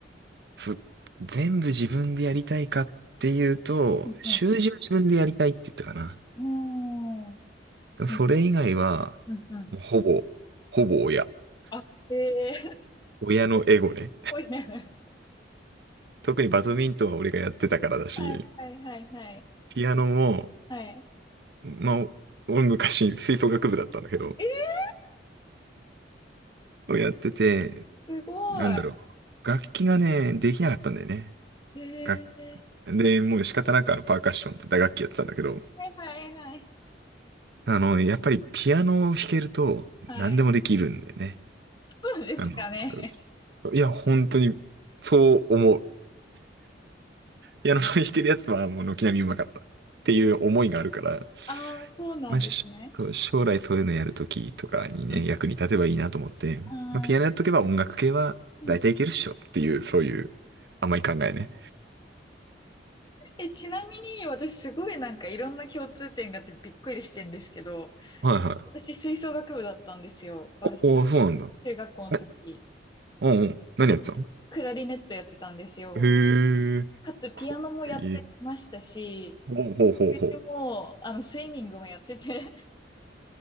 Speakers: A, on the right; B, on the left.
A: す全部自分でやりたいかっていうと、
B: うんはい。
A: 習字は自分でやりたいって言ったかな。
B: うーん。
A: それ以外は、
B: うん、うん、うん。
A: もうほぼ、ほぼ親。
B: あ、へえ
A: 親のエゴね。
B: <laughs> おいね。
A: 特にバドミントンは俺がやってたからだし、
B: はい、はい、はい、はい。
A: ピアノも、
B: はい。
A: まあ、俺昔吹奏楽部だったんだけど、
B: え
A: やってて、
B: すごい。
A: なんだろう。楽器がね、できなかったんだよね。
B: へえ
A: 楽で、もう仕方なくあのパーカッションって打楽器やってたんだけど、
B: はい、はい、はい。
A: あの、やっぱりピアノを弾けると何でもできるんだよね。
B: はい。そうですかね。
A: あの、いや、本当にそう思う。ピアノの弾けるやつはもう軒並みうまかったっていう思いがあるから、
B: <laughs> ああ、そうなんですね。
A: まあ、しと将来そういうのやるときとかにね、
B: うん。
A: 役に立てばいいなと思って、
B: ああ。
A: まあ、ピアノやっとけば音楽系は大体いけるっしょっていう、
B: うん
A: そういう甘い考えね。
B: え、ちなみに私すごいなんかいろんな共通点があってびっくりしてんですけど、
A: はいはい。
B: 私吹奏楽部だったんですよ。私も
A: おお、そうなんだ。
B: 中学校の時。
A: え、うんうん。何やってたの
B: で、クラリネットやってたんですよ。
A: へえ、
B: かつピアノもやってましたし、
A: かっこいい。ほうほうほうほ
B: でも、あの、スイミングもやってて、<laughs>